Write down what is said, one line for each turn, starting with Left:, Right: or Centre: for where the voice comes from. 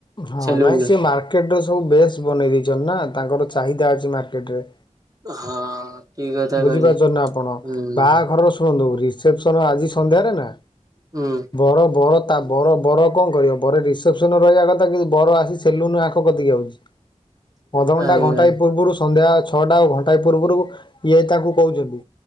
Left: ହଁ
Right: ସେଲୁନରେ।
Left: ନାଇଁ ସେି ମାର୍କେଟ ର ସବୁ ବେଶ ବନେଇ ଦେଇେଇଛଛନ୍ତି ନା ତାଙ୍କର ଚାହିଦା ଅଛି ମାର୍କେଟରେ।
Right: ହଁ ଠିକ କଥା
Left: ବୁଝିପାରୁଛ
Right: କହିଲେ
Left: ନା ଆପଣ
Right: ହୁଁ
Left: ବାହାଘରର ଶୁଣନ୍ତୁ ରିସେପସନ ଆଜି ସନ୍ଧ୍ୟାରେ ନା।
Right: ହୁଁ
Left: ବର-ବର ତା ବର-ବର କଣ କରିବ ବରେ ରିସେପସନ ରହିବା କଥା କିନ୍ତୁ ବର ଆସି ସେଲୁନ ଆଖ କତିକି ହେଉଛି।
Right: <inaudible>
Left: ଅଧଘଣ୍ଟା
Right: ଆଜ୍ଞା
Left: ଘଣ୍ଟାଏ ପୂର୍ବରୁ ସନ୍ଧ୍ୟା ଛଅଟା ଘଣ୍ଟାଏ ପୂର୍ବରୁ ଇଏ ତାଙ୍କୁ କହୁଛନ୍ତି